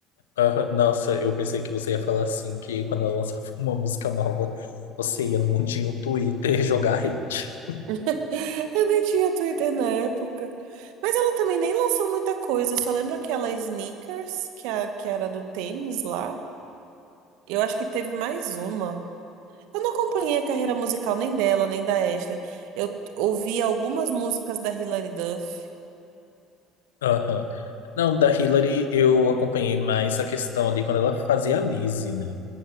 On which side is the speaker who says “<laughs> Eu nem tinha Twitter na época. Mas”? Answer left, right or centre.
Right